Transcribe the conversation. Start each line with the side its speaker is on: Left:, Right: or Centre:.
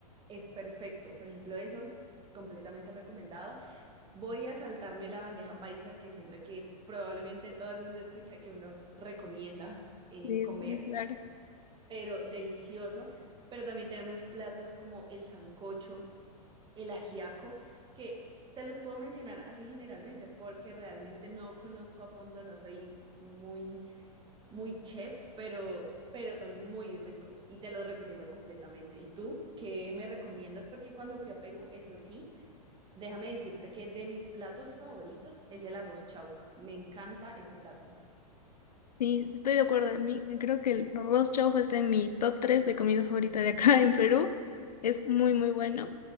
Right: es perfecto. Por ejemplo, eso, completamente recomendado. Voy a saltarme la bandeja paisa, que siento que probablemente todo el mundo escucha que uno recomienda eh,
Left: Sí,
Right: comer,
Left: sí, claro.
Right: pero delicioso. Pero también tenemos platos como el sancocho, el ajiaco, que te los puedo mencionar así generalmente, porque realmente no conozco a fondo, no soy muy muy chef, pero, pero son muy ricos y te los recomiendo completamente. ¿Y tú qué me recomiendas? Porque cuando fui a Perú, eso sí, déjame decirte que de mis platos favoritos es el arroz chaufa. Me encanta ese plato.
Left: Sí, estoy de acuerdo. A mí, creo que el arroz chaufa está en mi top 3 de comida favorita de acá <laughs> en Perú. Es muy, muy bueno.